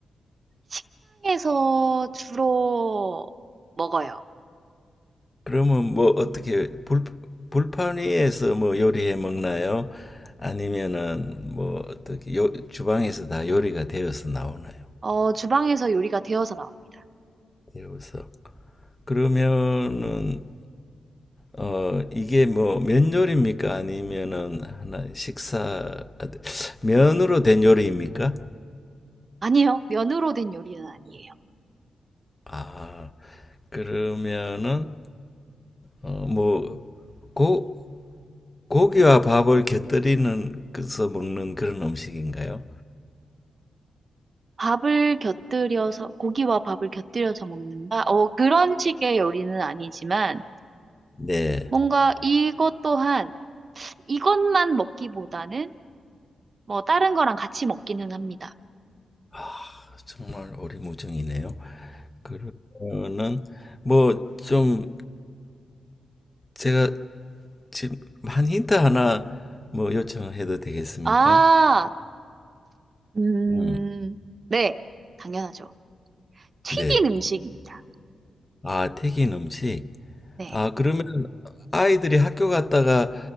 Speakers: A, on the right; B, on the left.
A: 식당에서 주로 먹어요.
B: 그러면 뭐 어떻게 불 불판 위에서 뭐 요리해 먹나요? 아니면은 뭐 어떻게 요 주방에서 다 요리가 되어서 나오나요?
A: 어, 주방에서 요리가 되어서 나옵니다.
B: 되어서. 그러면은 어, 이게 뭐 면 요리입니까? 아니면은 하나 식사 아, 면으로 된 요리입니까?
A: 아니요, 면으로 된 요리는 아니에요.
B: 아, 그러면은 어, 뭐 고, 고기와 밥을 곁들이는 그래서 먹는 그런 음식인가요?
A: 밥을 곁들여서, 고기와 밥을 곁들여서 먹는다? 어, 그런 식의 요리는 아니지만,
B: 네.
A: 뭔가 이것 또한 이것만 먹기보다는 뭐 다른 거랑 같이 먹기는 합니다.
B: 아, 정말 오리무중이네요. 그러면은 뭐 좀 제가 지금 한 힌트 하나 뭐 요청해도 되겠습니까?
A: 아, 음,
B: 음,
A: 네, 당연하죠. 튀긴
B: 네.
A: 음식입니다.
B: 아, 튀긴 음식.
A: 네.
B: 아, 그러면 아이들이 학교 갔다가